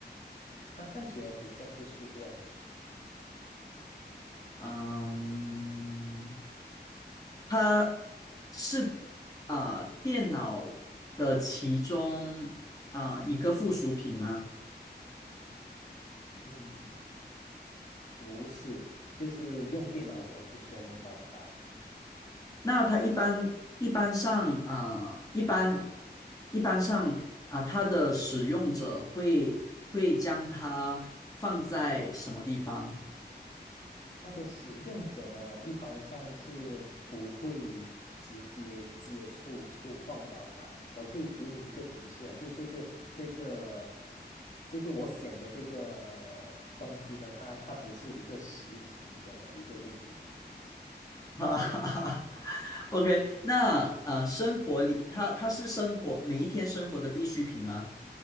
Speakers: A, on the left; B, on the left.
A: 它看起来不像是塑料的。
B: 嗯，它是啊、电脑的其中啊、一个附属品吗？
A: 嗯，不是，就是用电脑的时候不需要用到它。
B: 那它一般一般上啊、
A: 然
B: 一般一般上啊、它的使用者会会将它放在什么地方？
A: 它的使用者呢，一般上是不会直接接触、触碰到它。我可以给你一个提示啊，就是这个、这个、这个我想的这个呃东西呢，它它不是一个实体的一个物品，
B: <laughs> 哈哈哈 OK，那呃，生活里它它是生活每一天生活的必需品吗？